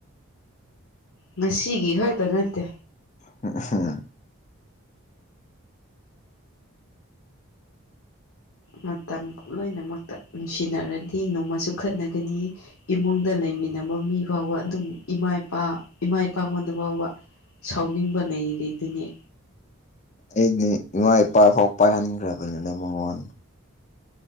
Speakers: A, on the left; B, on the left.
A: ꯉꯁꯤꯒꯤ ꯈꯛꯇ ꯅꯠꯇꯦ
B: ꯍꯝ
A: ꯃꯇꯝ ꯂꯣꯏꯅꯃꯛꯇ ꯅꯨꯡꯁꯤꯅꯔꯗꯤ ꯅꯣꯡꯃꯁꯨ ꯈꯠꯅꯒꯅꯤ ꯏꯃꯨꯡꯗ ꯂꯩꯃꯤꯟꯅꯕ ꯃꯤ ꯐꯥꯎꯕ ꯑꯗꯨꯝ ꯏꯃꯥ ꯏꯄꯥ ꯏꯃꯥ ꯏꯄꯥꯉꯣꯟꯗ ꯐꯥꯎꯕ ꯁꯥꯎꯅꯤꯡꯕ ꯂꯩꯔꯤꯗꯨꯅꯤ
B: ꯑꯩꯗꯤ ꯏꯃꯥ ꯏꯄꯥꯐꯥꯎ ꯄꯥꯏꯍꯟꯈ꯭ꯔꯕꯅꯤꯅꯦ ꯃꯉꯣꯟꯗ